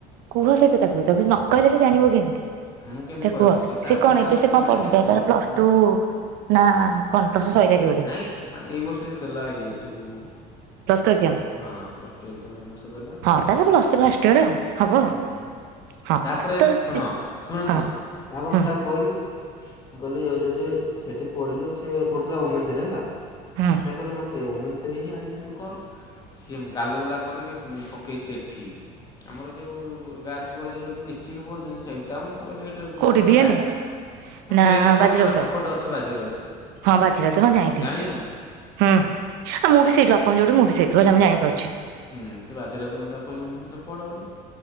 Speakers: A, on the right (about 70°); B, on the left (about 25°).
A: କୁହ ସେ ପିଲାକୁ ତାକୁ ନକହିଲେ ସେ ଜାଣିବ କେମିତି।
B: ମୁଁ କେମିତି
A: ତାକୁ
B: କହିବି
A: କୁହ
B: ସିଏ ତାର
A: ସେ
B: ପର୍ସନାଲ
A: କଣ ଏବେ ସେ
B: ଫୋନ୍
A: କଣ
B: ନାହିଁ
A: ପଢୁଛି
B: ସିଏ ଫୋନ୍
A: ତାର
B: କଲା
A: ପ୍ଲସ
B: ଆଁ
A: ଟୁ ନା କଣ ପ୍ଲସ ଟୁ ସଇଲାଣି ବୋଧେ
B: ନାଇଁ ମାନେ ଏଇ ବର୍ଷ ସିଏ ଦେଲା ଇଏ ଯୋଉ
A: ପ୍ଲସ ଟୁ ଏକ୍ସାମ୍
B: ହଁ ପ୍ଲସ୍ ଟୁ ଏକ୍ଜାମ ଏ ବର୍ଷ ଦେଲା
A: ହଁ ତାହେଲେ ପ୍ଲସ ଥ୍ରୀ ଫାଷ୍ଟ ଇୟର ଆଉ ହବ।
B: ହୁଁ।
A: ହଁ
B: ତାପରେ
A: ତ
B: ଶୁଣ
A: ସେ
B: ଶୁଣ
A: ହଁ
B: ଶୁଣ ତାପରେ
A: ହଁ
B: ମୁଁ ତାକୁ କହିଲି ଗଲି ଅଯୋଧ୍ୟାରେ ସେଠି ପଢିଲୁ ସେ ପଢୁଥିଲା ଓମେନ୍ସରେ ହେଲା। ସେ
A: ହଁ
B: କହିଲେ ହଁ ସେଇ ଓମେନ୍ସରେ ହିଁ ଆଡିମିସନ କର। ସିଏ ମୁଁ ଗାଲଗୁଲା କରିକି ମୁଁ ପକେଇଛି ଏଠି। ଆମର ଯୋଉ ଗାର୍ଲସ ବଏଜ ଯୋଉଠି ମିଶିକି ପଢୁଛନ୍ତି ସେଟା ମୁଁ କହିଲି ଏ <unintelligible>
A: କୋଉଠି ଭିଏନେ
B: ସେ
A: ନା
B: ବିିଏନ ନୁହଁ
A: ବାଜିରାଉତ
B: ଆମର ଏପଟେ ଅଛି ବାଜି ରାଉତ
A: ହଁ ବାଜିରାଉତ ହଁ ଜାଣିଲି
B: ଜାଣିଚନ୍ତି।
A: ହୁଁ ଆ ମୁଁ ବି ସେଇଠୁ ଆପଣ ଯୋଉଠୁ ମୁଁ ବି ସେଇଠୁ ହେଲା ଆମେ ଜାଣିପାରୁଛି।
B: ହୁଁ ସେ ବାଜିରାଉତ ମୁଁ ତାକୁ କହିଲି ହୁଁ ସେଠାରେ ପଢ଼ ବୋଲି।